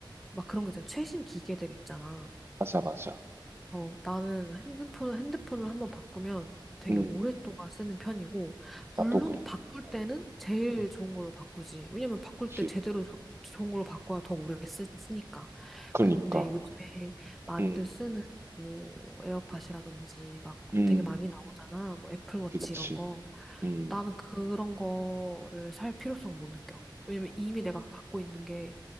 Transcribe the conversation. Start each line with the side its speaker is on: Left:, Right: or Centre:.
Centre: 막 그런 거 있잖아. 최신 기계들 있잖아.
Right: 맞아, 맞아.
Centre: 어, 나는 핸드폰을, 핸드폰을 한번 바꾸면 되게
Right: 음,
Centre: 오랫동안 쓰는 편이고, 물론
Right: 나도 그래.
Centre: 바꿀
Right: 어,
Centre: 때는 제일
Right: 음,
Centre: 좋은 걸로 바꾸지. 왜냐면 바꿀
Right: 그치.
Centre: 때 제대로 조- 좋은 걸로 바꿔야 더 오래 쓰, 쓰니까.
Right: 그러니까.
Centre: 근데 요즘에 많이들
Right: 음,
Centre: 쓰는 뭐 에어팟이라든지
Right: 음,
Centre: 막
Right: 음.
Centre: 되게 많이 나오잖아. 뭐 애플워치
Right: 그치, 그치.
Centre: 이런 거.
Right: 음,
Centre: 나는 그런 거를 살 필요성을 못 느껴. 왜냐면 이미 내가 갖고 있는 게